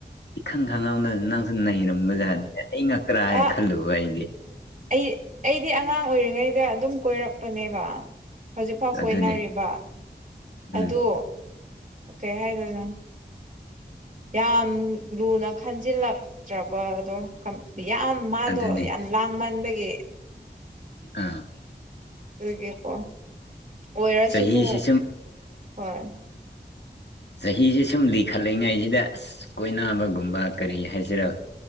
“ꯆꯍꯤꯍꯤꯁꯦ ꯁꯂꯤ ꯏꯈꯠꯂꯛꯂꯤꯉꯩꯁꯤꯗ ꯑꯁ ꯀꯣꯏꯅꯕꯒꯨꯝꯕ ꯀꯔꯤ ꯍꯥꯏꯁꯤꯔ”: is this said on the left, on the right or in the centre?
Left